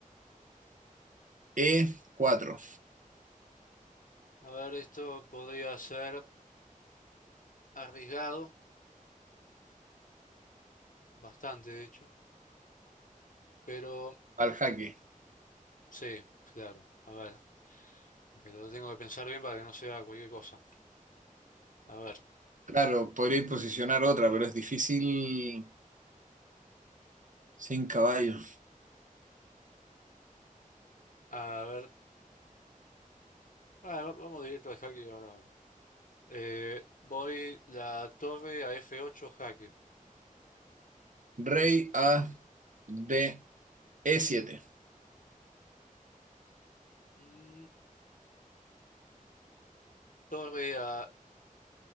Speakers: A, on the right; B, on the left.
A: e cuatro
B: A ver, esto podría ser arriesgado, bastante de hecho, pero
A: al jaque.
B: sí, claro. A ver, pero tengo que pensar bien para que no sea cualquier cosa. A ver,
A: Claro, podría posicionar otra, pero es difícil sin caballo.
B: a ver, ah, va- vamos directo al jaque ahora. Eh, voy la torre a F8 jaque.
A: Rey a D, e siete
B: Mm, torre a